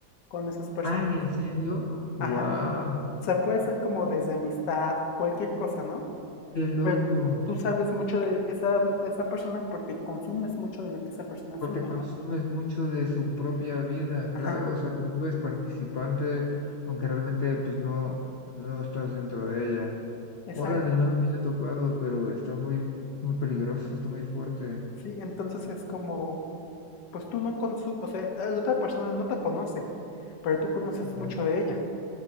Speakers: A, on the left (about 80°); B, on the left (about 60°).
A: con esas personas.
B: Ay, ¿en serio?
A: Ajá.
B: ¡Wow!
A: O sea, puede ser como desde amistad, cualquier cosa, ¿no?
B: ¡Qué loco!
A: Pero tú sabes mucho de esa, de esa persona porque consumes mucho de lo que esa persona sube,
B: Porque consumes
A: ¿no?
B: mucho de su propia vida,
A: Ajá,
B: claro, o sea, te vuelves participante, aunque realmente pues no, no estás dentro de ella.
A: exacto.
B: Órale, no lo había topado, pero está muy, muy peligroso, está muy fuerte.
A: Sí, entonces es como, pues tú no consumes, o sea, la otra persona no te conoce, pero tú conoces
B: Sí,
A: mucho
B: no,
A: de ella.